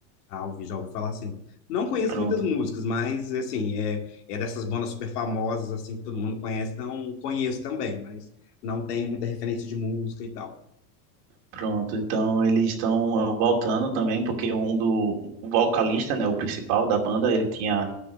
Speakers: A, on the left; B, on the right.
A: Ah, ouvi, já ouvi falar assim. Não conheço
B: Pronto,
A: muitas músicas, mas, assim, é, é dessas bandas super famosas, assim, que todo mundo conhece. Não conheço também, mas não tenho muita referência de música e tal.
B: pronto. Então, eles estão eh, voltando também, porque um do o vocalista, né, o principal da banda, ele tinha